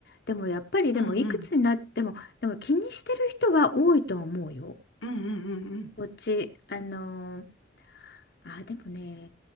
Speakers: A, on the left (about 55°); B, on the left (about 85°).
A: でもやっぱり、
B: う。
A: でもいくつになっても、
B: うんうん。
A: でも気にしてる人は多いと思うよ。
B: うんうんうんうん。
A: こっち、あのーあ、でもね、